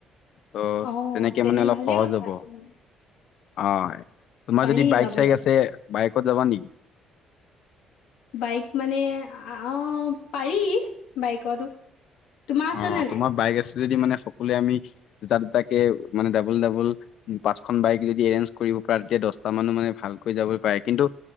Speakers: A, on the left; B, on the left.
A: ত'
B: অ
A: তেনেকে
B: তেনে
A: মানে অলপ
B: ভালেই
A: সহজ
B: কথা
A: হ'ব।।
B: এইটো মানে।
A: অ তোমাৰ
B: পাৰি
A: যদি বাইক
B: যাবলে
A: চাইক আছে বাইকত যাবা নেকি?
B: বাইক মানে অ পাৰি বাইকতো তোমাৰ আছে
A: অ'
B: নে নাই
A: তোমাৰ বাইক আছে যদি মানে সকলোৱে আমি দুটা দুটাকে মানে ডাবল ডাবল। পাঁচখন বাইক যদি এৰেঞ্জ কৰিব পৰা তেতিয়া দহটা মানুহ মানে ভালকৈ যাব পাৰে কিন্তু।